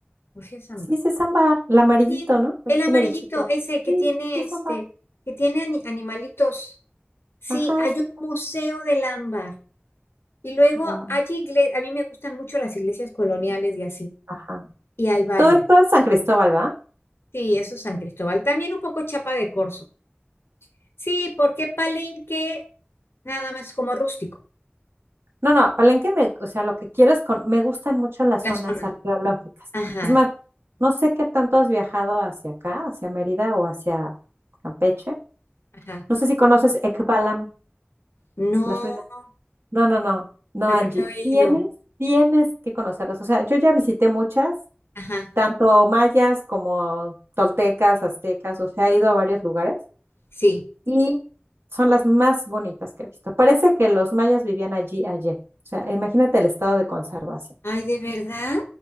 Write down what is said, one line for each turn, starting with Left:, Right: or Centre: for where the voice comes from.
Left: o si es ámbar.
Right: Sí, sí es ámbar, el amarillito,
Left: Sí,
Right: ¿no? Que
Left: el amarillito,
Right: Tiene bichitos.
Left: ese que
Right: Sí,
Left: tiene
Right: sí es
Left: este,
Right: ámbar.
Left: que tiene ani- animalitos. Sí,
Right: Ajá,
Left: hay
Right: sí.
Left: un museo del ámbar. Y luego
Right: Guau,
Left: hay iglesias, a mí me gustan mucho las iglesias coloniales y así,
Right: Ajá.
Left: y hay varias.
Right: Todo esto es San Cristóbal, ¿va?
Left: Sí, eso es San Cristóbal. También un poco Chapa de Corzo. Sí, porque Palenque nada más como rústico,
Right: No, no, Palenque, me, o sea, lo que quiero es con, me gustan mucho las
Left: la
Right: zonas
Left: zona.
Right: arqueológicas.
Left: Ajá,
Right: Es más, no sé qué tanto has viajado hacia acá, hacia Mérida o hacia Campeche.
Left: ajá.
Right: No sé si conoces Ekbalam,
Left: No.
Right: las ruinas. No, no, no, no,
Left: pero
Right: Angie.
Left: no he
Right: Tienes,
Left: ido.
Right: tienes que conocerlas. O sea, yo ya visité muchas
Left: Ajá,
Right: tanto mayas como toltecas, aztecas, o sea, he ido a varios lugares
Left: sí.
Right: y son las más bonitas que he visto. Parece que los mayas vivían allí ayer. O sea, imagínate el estado de conservación.
Left: Ay, ¿de verdad?